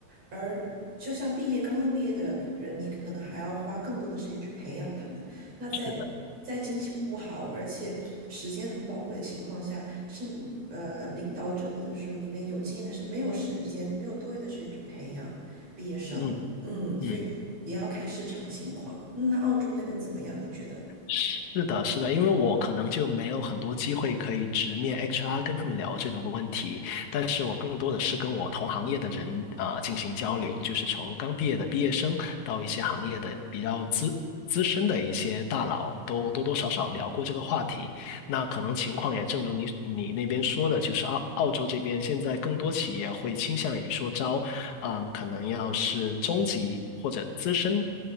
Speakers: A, on the right; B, on the left.
A: 而就像毕业刚刚毕业的人，你可能还要花更多的时间去培养他们。那在在经济不好，
B: 是的，
A: 而且时间很宝贵的情况下，是呃领导者或者是里面有经验的是没有时间，没有多余的时间去培养毕业生。
B: 嗯
A: 嗯，
B: 嗯。
A: 所以也要看市场情况。嗯那澳洲那边怎么样？你觉得？
B: 是的，是的，因为我可能就没有很多机会可以直面 HR 跟他们聊这种问题，但是我更多的是跟我同行业的人啊、呃进行交流，就是从刚毕业的毕业生到一些行业的比较资资深的一些大佬，都多多少少聊过这个话题。那可能情况也正如你你那边说的，就是澳澳洲这边现在更多企业会倾向于说招，嗯，可能要是中级或者资深